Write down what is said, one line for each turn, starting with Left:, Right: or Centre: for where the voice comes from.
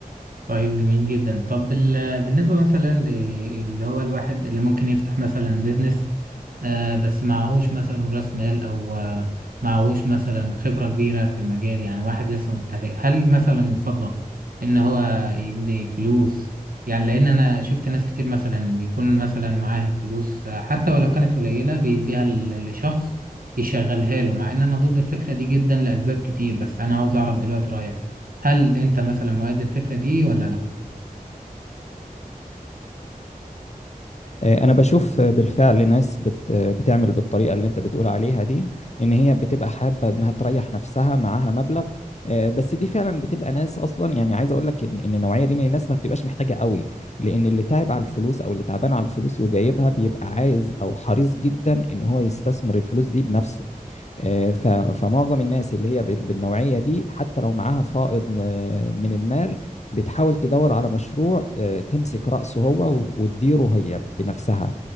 Right: طيب جميل جدا طب بال- بالنسبة مثلا ل- اللي هو الواحد اللي ممكن يفتح مثلا بيزنس آه بس معهوش مثلا راس مال او آه معهوش مثلا خبرة كبيرة في المجال يعني واحد لسه مبتدئ هل مثلا يفضل ان هو يدي فلوس يعني لان انا شفت ناس كتير مثلا بيكون مثلا معاه الفلوس آه، حتى ولو كانت قليلة بيديها ل- لشخص يشغلها له مع ان انا ضد الفكرة دي جدا لاسباب كتير بس انا عاوز اعرف دلوقتي رأيك هل انت مثلا مؤيد للفكرة دي ولا لا
Left: آه، انا بشوف آه، بالفعل ناس بت آه، بتعمل بالطريقه اللي انت بتقول عليها دي ان هي بتبقى حابه انها تريح نفسها معاها مبلغ آه، بس دي فعلا بتبقى ناس اصلا يعني عايز اقول لك ان إن النوعيه دي من الناس ما بتبقاش محتاجه قوي لان اللي تعب على الفلوس او اللي تعبان على الفلوس وجايبها بيبقى عايز او حريص جدا ان هو يستثمر الفلوس دي بنفسه آه، ف- فمعظم الناس اللي هي بال- بالنوعية دي حتى لو معاها فائض آه، من المال بتحاول تدور على مشروع آه، تمسك رأسه هو وت- وتديره هي بنفسها